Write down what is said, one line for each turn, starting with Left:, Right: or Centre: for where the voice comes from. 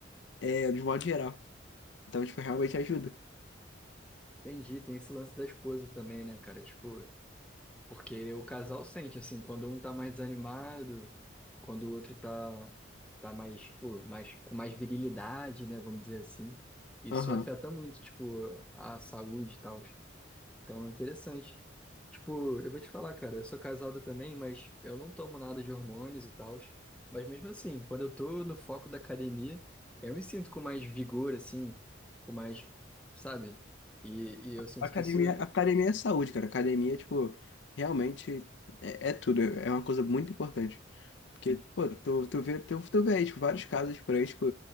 Left: é, de modo geral. Então, tipo, realmente ajuda.
Centre: Entendi, tem esse lance da esposa também, né, cara? Tipo, porque o casal sente, assim, quando um tá mais desanimado, quando o outro tá, tá mais, tipo, mais, com mais virilidade, né, vamos dizer assim. Isso
Left: Aham.
Centre: afeta muito, tipo, a saúde e tal. Então, é interessante. Tipo, eu vou te falar, cara, eu sou casado também, mas eu não tomo nada de hormônios e tal. Mas mesmo assim, quando eu tô no foco da academia, eu me sinto com mais vigor, assim, com mais, sabe? E, e eu sinto
Left: Academia,
Centre: que isso,
Left: academia é saúde, cara. Academia, tipo, realmente é, é tudo, é uma coisa muito importante. Porque, pô, tu, tu vê, tu, tu vê aí, tipo, vários casos por aí, tipo,